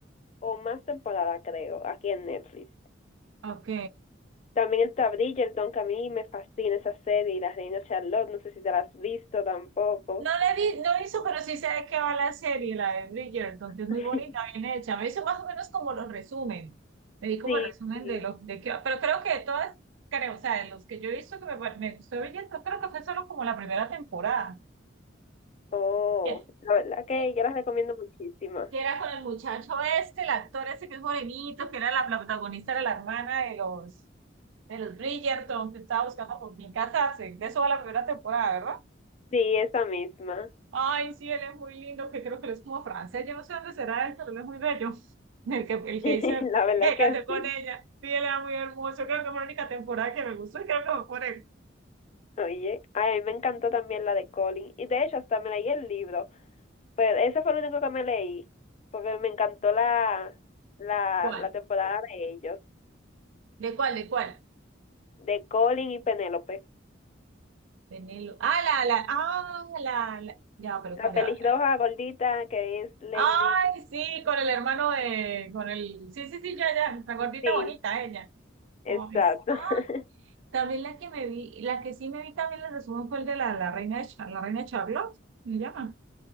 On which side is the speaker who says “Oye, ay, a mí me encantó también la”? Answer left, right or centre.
Left